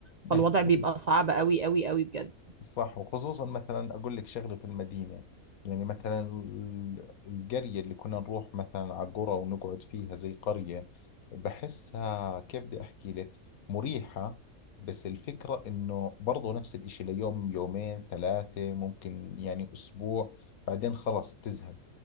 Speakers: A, on the right; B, on the left.
A: فالوضع
B: <laughs>
A: بيبقى صعب أوي، أوي، أوي بجد.
B: صح وخصوصا مثلا أقول لك شغلة في المدينة يعني مثلا ال- القرية اللي كنا نروح مثلا على قرى ونقعد فيها زي قرية بحسها كيف بدي أحكي لك مريحة بس الفكرة إنه برضو نفس الإشي ليوم يومين ثلاثة ممكن يعني أسبوع بعدين خلص تزهق